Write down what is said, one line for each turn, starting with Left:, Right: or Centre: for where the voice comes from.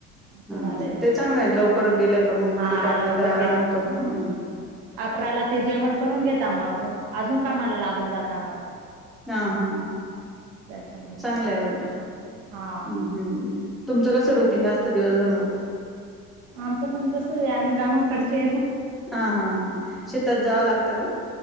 Right: असं
Centre: हा
Right: झालंय.
Centre: अच्छा ते चांगलं ये णा लवकर गेलं का मग
Right: हा
Centre: दुपारनंतर
Right: लवकर
Centre: आराम
Right: गेले
Centre: होतो.
Right: की
Centre: हम्म
Right: हा. अकराला ते जेवण करून घेता. मग अजून कामाला लागून जाता. म
Centre: हा हां
Right: त्याच्यामुळे
Centre: चांगलंय उलटं
Right: हा
Centre: हम्म तुमचं कसं रुटींग असतं दिवसभर म
Right: आमचं पण तसच ये आम्ही गावाकडचे ये ना
Centre: हा हा हां शेतात जावं लागतं का?